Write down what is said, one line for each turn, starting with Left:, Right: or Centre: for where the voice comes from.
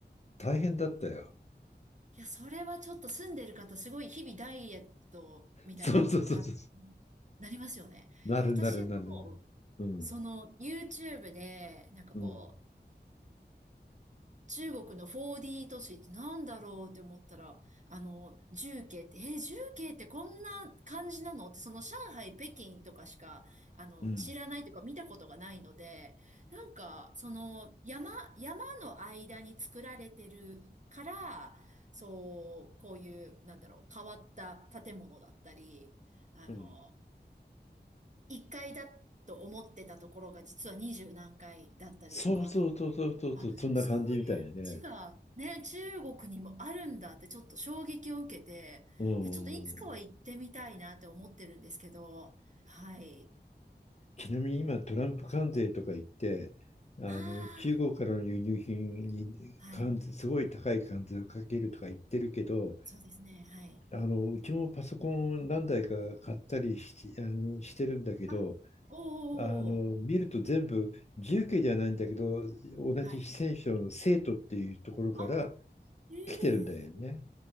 Left: 大変だったよ。
Right: いや、それはちょっと住んでる方、すごい日々ダイエットみたいな感じに
Left: そうそうそうそう。
Right: なりますよね。
Left: なるなるなるなる。
Right: いや、私も、
Left: うん、
Right: その YouTube で、なんかこう、
Left: うん、
Right: 中国の 4D 都市ってなんだろうって思ったら、あの、重慶って、えー、重慶ってこんな感じなのって、その上海、北京とかしか、あの、
Left: うん。
Right: 知らないというか見たことがないので、なんか、その、山、山の間に作られてるから、そう、こういう、なんだろう、変わった建物だったり、あの、
Left: うん。
Right: 1階だと思ってたところが実は20何階だったりとか、
Left: そうそうそうそうそうそう、
Right: なんあ、
Left: そんな感じみたいね。
Right: そういう街がね、中国にもあるんだってちょっと衝撃を受けて、
Left: うん。
Right: いや、ちょっといつかは行ってみたいなって思ってるんですけど、はい。
Left: ちなみに今、トランプ関税とか言って、あの中国からの輸入品に関税すごい高い関税をかけるとか言ってるけど、
Right: ああ、はい。そうですね、はい。
Left: あのうちもパソコン何台か買ったりし、あのしてるんだけど、
Right: あ、おーおーお
Left: あの見ると全部重慶じゃないんだけど同じ四川省の成都っていうところから
Right: ー、はい。あ、ええ
Left: 来てるんだよね。